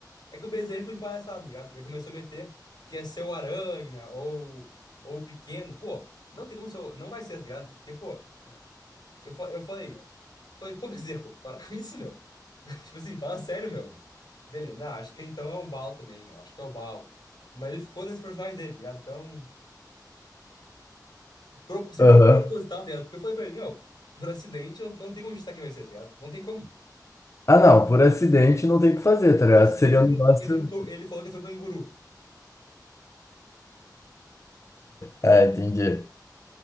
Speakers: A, on the left; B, on the left.
A: é que o Bezerro foi de palhaçada, tá ligado? Ele começou a meter que é seu Aranha ou, ou Pequeno. Pô, não tem como ser. o- Não vai ser, tá ligado? Porque, pô, eu, fa- eu falei, falei, pô, Bezerro, para com isso, meu. <laughs> Tipo assim, fala sério, meu. Dele, não, acho que então é o Baal também, meu. Acho que é o Baal. Mas ele ficou nesse personagem dele, tá ligado? Então, pro- se
B: Aham.
A: for proposital, tá ligado? Porque eu falei pra ele, meu, por acidente, não, não tem como a gente tá quem vai ser, tá ligado? Não tem como.
B: Ah, não, por acidente não tem o que fazer, tá
A: Por
B: ligado?
A: acidente,
B: Seria um negócio.
A: ele chutou, ele falou que ia ser um canguru.
B: Ah, entendi.